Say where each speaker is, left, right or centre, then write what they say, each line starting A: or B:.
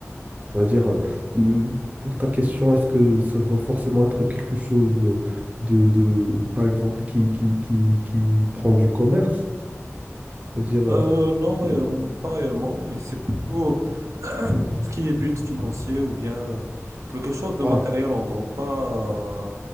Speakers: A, on the right (about 30°); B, on the right (about 80°).
A: C'est-à-dire, euh, m- pour ta question, est-ce que ça doit forcément être quelque chose de, de, de- par exemple, qui, qui, qui, qui prend du commerce? C'est-à-dire,
B: Euh,
A: euh,
B: non, réellement- pas réellement, mais c'est plutôt <clears throat> tout ce qui est but financier ou bien euh, quelque chose de
A: ah,
B: matériel en gros, pas euh,